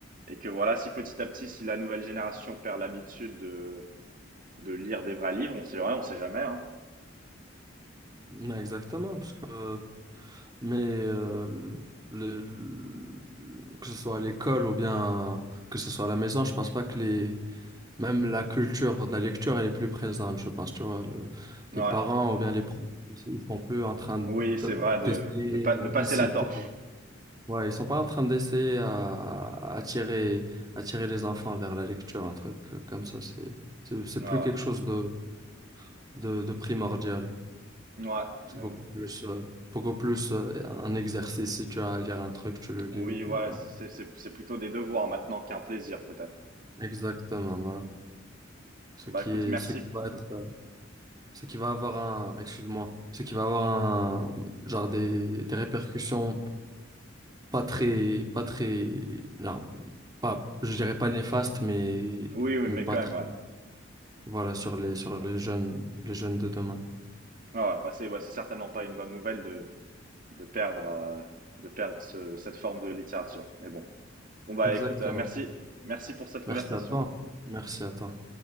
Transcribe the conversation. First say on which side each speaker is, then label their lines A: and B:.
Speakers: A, on the right; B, on the right.
A: et que voilà si petit à petit si la nouvelle génération perd l'habitude de de lire des vrais livres, on sait ouais, on sait jamais hein.
B: Ouais, Exactement, parce que, mais euh, le- le- que ce soit à l'école ou bien que ce soit à la maison, je pense pas que les, même la culture de la lecture, elle est plus présente, je pense, tu vois, le-
A: Ouais.
B: les parents ou bien les profs, ils, ils sont plus en train de-
A: Oui, c'est vrai de
B: d'essayer
A: de pas
B: d'inciter
A: de passer la torche.
B: Ouais, ils sont pas en train d'essayer à à attirer, attirer les enfants vers la lecture, un truc euh, comme ça. C'est, c'est, c'est
A: Ouais,
B: plus quelque
A: ouais.
B: chose de, de, de primordial.
A: Ouais,
B: C'est
A: mais
B: beaucoup
A: bon.
B: plus, euh, beaucoup plus euh, un exercice. Si tu as à lire un truc, tu le lis
A: Oui,
B: et puis
A: ouais,
B: voilà.
A: c'est c'est c'est plutôt des devoirs maintenant qu'un plaisir peut-être.
B: Exactement, voilà. Ce
A: Bah
B: qui
A: écoute,
B: est,
A: merci.
B: ce qui va être,
A: Ou-
B: euh, ce qui va avoir
A: ouais.
B: un, excuse-moi, ce qui va avoir un, genre des, des répercussions pas très, pas très, non, pas, je dirais pas néfastes, mais,
A: Oui, oui,
B: mais
A: mais
B: pas
A: quand
B: très.
A: même, ouais.
B: Voilà, sur les, sur les jeunes, les jeunes de demain.
A: Ouais, ouais, bah c'est ouais, c'est certainement pas une bonne nouvelle de de perdre euh, de perdre ce- cette forme de littérature. Mais bon. Bon bah
B: Exactement.
A: écoute, euh, merci. Merci pour cette conversation.
B: Merci à toi. Merci à toi.